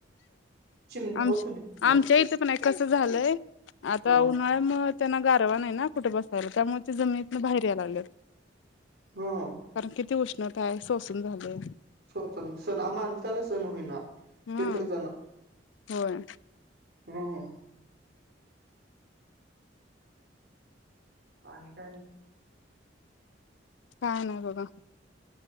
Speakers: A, on the right; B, on the left.
A: चिमटा
B: आमच्या
A: बसू दिला नाही
B: आमच्या इथं पण आहे कसं झालंय आता
A: ह
B: उन्हाळ्या म त्यांना गारवा नाही ना कुठे बसायला त्यामुळे जमितन बाहेर यायला लागले
A: ह
B: कारण किती उष्णता आहे सोसून झालेय
A: सण सण ह माणसाला सण होईना
B: हा
A: ते तर जण
B: होय
A: हम्म ह आणि काय ना
B: काय नाही बघा